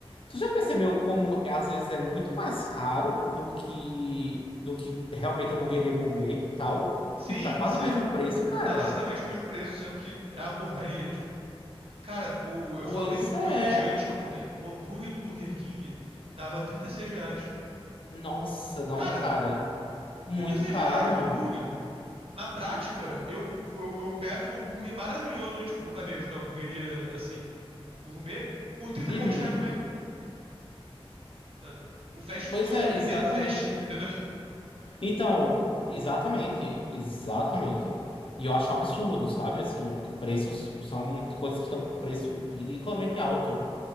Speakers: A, on the left; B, on the right.
A: Tu já percebeu como às vezes é muito mais caro do que do que realmente a hamburgueria gourmet e tal?
B: Sim,
A: Tipo, tá quase
B: sim.
A: o mesmo preço, cara.
B: Tá basicamente o mesmo preço, sendo que é uma porcaria, tipo. Cara, o, eu
A: Pois
B: falo isso porque
A: é.
B: eu pedi anteontem. O hambúrguer do Burger King tava 36 reais.
A: Nossa, não,
B: Cara,
A: cara. Muito
B: 36 reais
A: caro.
B: o hambúrguer. Na prática, eu, eu, eu peço um hambúrguer maravilhoso de tipo, Bucaneiros, que é uma hamburgueria, assim, gourmet, por 30
A: Uhum.
B: e poucos reais também, sabe? O fast
A: Pois
B: food
A: é,
B: tá perdendo
A: exatamente.
B: o fast, <laughs> entendeu?
A: Então, exatamente, exatamente. E eu acho um absurdo, sabe? Assim, de preços que são, tem coisas que estão com preço ridiculamente alto